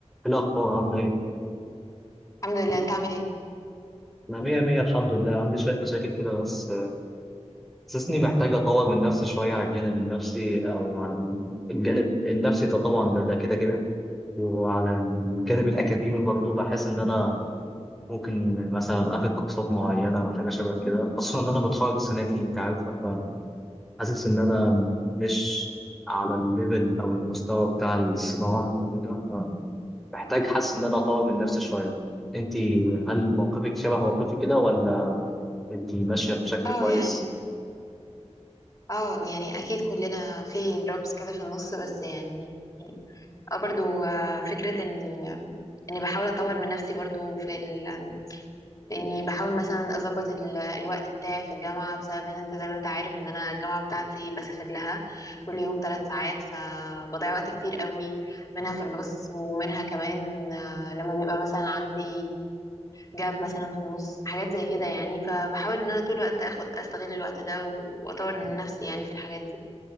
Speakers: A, in the centre; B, on the left.
A: إيه الأخبار عاملة إيه؟
B: الحمد لله انت عامل ايه
A: أنا مية مية الحمد لله عندي شوية مشاكل كده بس آه، حاسسني محتاج أطور من نفسي شوية على الجانب النفسي أو على الجانب النفسي ده طبعا ده ده كده كده وعلى الجانب الأكاديمي برضه بحس إن أنا ممكن مثلا آخد كورسات معينة أو حاجة شبه كده خصوصا إن أنا بتخرج السنة دي أنت عارفة فحاسس إن أنا مش على الليفل أو المستوى بتاع الصناعة الموجودة فمحتاج حاسس إن أنا أطور من نفسي شوية أنت هل موقفك شبه موقفي كده ولا انت ماشيه بشكل
B: اه
A: كويس
B: يعني اه يعني اكيد كلنا في دروبس كده في النص بس يعني اه برضو آه، فكرة اني اني بحاول اطور من نفسي برضو في ال... في اني بحاول مثلا اظبط ال... الوقت بتاعي في الجامعة بسبب ان انت زي ما انت عارف ان انا الجامعة بتاعتي بسافر لها كل يوم ثلاث ساعات فبضيع وقت كتير قوي منها في الباص ومنها كمان آه، لما بيبقى مثلا عندي جاب مثلا في النص حاجات زي كده يعني فبحاول ان انا طول الوقت اخد استغل الوقت ده و- واطور من نفسي يعني في الحاجات دي